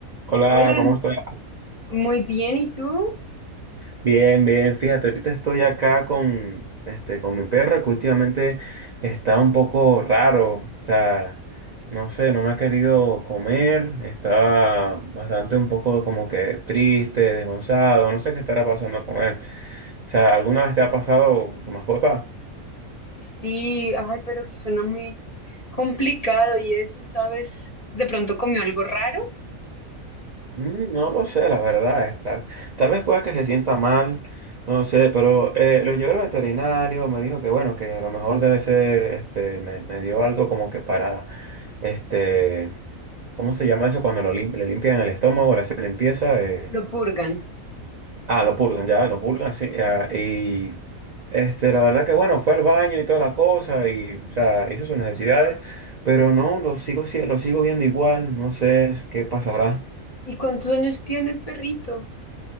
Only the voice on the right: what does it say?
Hola,
¿cómo estás?
Bien, bien, fíjate, ahorita estoy acá con, este, con mi perro que últimamente está un poco raro, o sea, no sé, no me ha querido comer, estaba bastante un poco como que triste, desgonzado, no sé qué estará pasando con él. O sea, ¿alguna vez te ha pasado tu mascota?
Mm, No lo sé, la verdad. es Tal, tal vez pueda que se sienta mal, no sé, pero eh, lo llevé al veterinario, me dijo que bueno, que a lo mejor debe ser, este, me, me dio algo como que para, este, ¿cómo se llama eso? Cuando lo lim- le limpian el estómago, le hacen limpieza. eh,
ah, lo purgan, ya, lo purgan, sí. ah, y, este, la verdad que bueno, fue al baño y toda la cosa y, o sea, hizo sus necesidades, pero no, lo sigo, si- lo sigo viendo igual, no sé qué pasará.